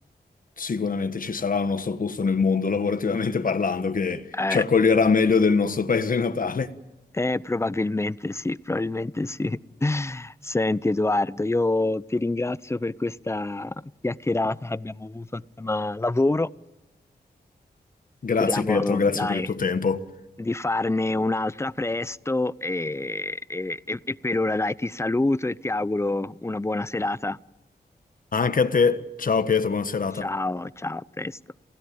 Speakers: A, on the left; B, on the left.
A: sicuramente ci sarà il nostro posto nel mondo, lavorativamente parlando, che
B: Eh,
A: ci accoglierà meglio del nostro paese natale.
B: eh, probabilmente sì, probabilmente sì. Senti Edoardo, io ti ringrazio per questa chiacchierata che abbiamo avuto a tema lavoro.
A: Grazie
B: Speriamo,
A: Pietro, grazie
B: dai,
A: per il tuo tempo.
B: di farne un'altra presto e, e e- e per ora, dai, ti saluto e ti auguro una buona serata.
A: Anche a te. Ciao Pietro, buona serata.
B: Ciao, ciao, a presto.